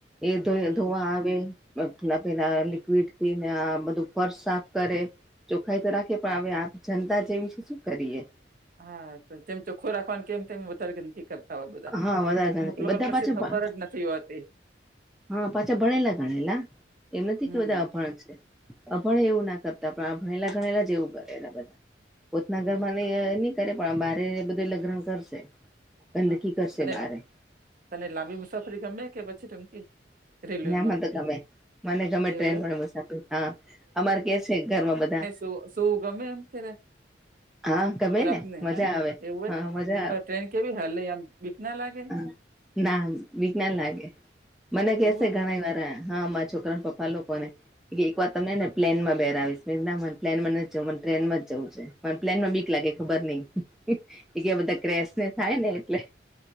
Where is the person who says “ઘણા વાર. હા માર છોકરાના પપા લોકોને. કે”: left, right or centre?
Centre